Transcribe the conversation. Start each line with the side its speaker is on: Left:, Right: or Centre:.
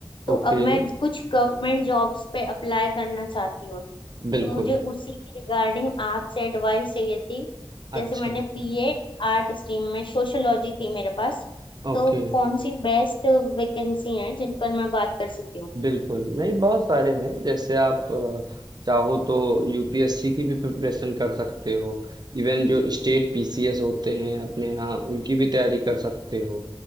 Left: तो
Right: ओके
Left: अब मैं कुछ गवर्नमेंट जॉब्स पे अप्लाई करना चाहती हूँ
Right: बिल्कुल
Left: तो मुझे उसी के रिगार्डिंग आपसे एडवाइस चाहिए थी जैसे
Right: अच्छा
Left: मैंने
Right: अच्छा
Left: बीए आर्ट स्ट्रीम में सोशियोलॉजी थी मेरे पास
Right: ओके
Left: तो कौन सी बेस्ट वैकेंसी है जिन पर मैं बात कर सकती हूँ
Right: बिल्कुल, नहीं बहुत सारे हैं जैसे आप अ, चाहो तो यूपीएससी की भी प्रिपरेशन कर सकते हो इवन जो स्टेट पीसीएस होते हैं अपने यहाँ उनकी भी तैयारी कर सकते हो